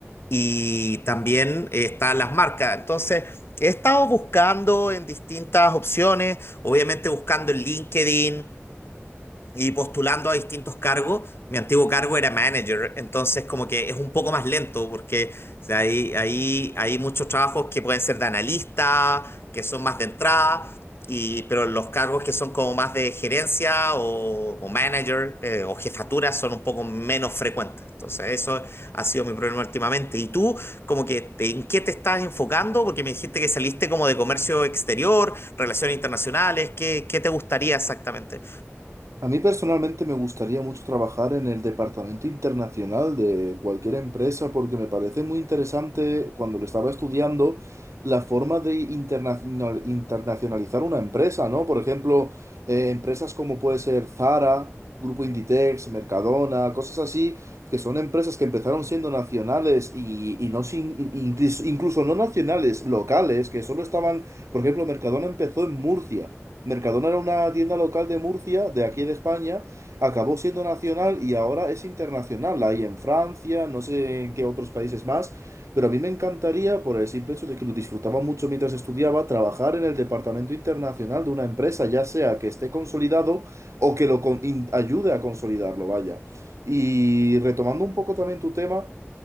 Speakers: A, on the left; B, on the right.
A: y también eh, están las marcas. Entonces, he estado buscando en distintas opciones, obviamente buscando en LinkedIn, y postulando a distintos cargos. Mi antiguo cargo era manager, entonces como que es un poco más lento porque o sea, hay, hay, hay muchos trabajos que pueden ser de analista, que son más de entrada, y, pero los cargos que son como más de gerencia o, o manager eh, o jefatura son un poco menos frecuentes. Entonces eso ha sido mi problema últimamente. ¿Y tú como que te- en qué te estás enfocando? Porque me dijiste que saliste como de comercio exterior, relaciones internacionales, ¿qué, qué te gustaría exactamente?
B: A mí personalmente me gustaría mucho trabajar en el departamento internacional de cualquier empresa porque me parece muy interesante cuando lo estaba estudiando la forma de internacional- internacionalizar una empresa, ¿no? Por ejemplo, eh, empresas como puede ser Zara, Grupo Inditex, Mercadona, cosas así, que son empresas que empezaron siendo nacionales y, y no sin- incluso incluso no nacionales, locales, que solo estaban, por ejemplo, Mercadona empezó en Murcia. Mercadona era una tienda local de Murcia, de aquí de España, acabó siendo nacional y ahora es internacional. La hay en Francia, no sé en qué otros países más, pero a mí me encantaría, por el simple hecho de que lo disfrutaba mucho mientras estudiaba, trabajar en el departamento internacional de una empresa, ya sea que esté consolidado o que lo con- in- ayude a consolidarlo, vaya. Y retomando un poco también tu tema,